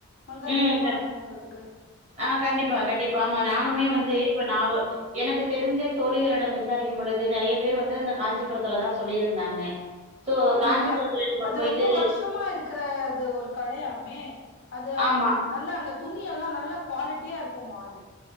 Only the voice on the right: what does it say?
ம் க
ஆ கண்டிப்பா கண்டிப்பா ஆமா நானுமே
வந்து
இப்ப
நா
எனக்கு தெரிஞ்ச தோழிகளிடம் விசாரிக்கும் பொழுது நெறைய பேர் வந்து இந்த காஞ்சிபுரத்துல தா சொல்லியிருந்தாங்க சோ
காஞ்சிபுரத்துல நம்ம
போயிட்டு
ஆமா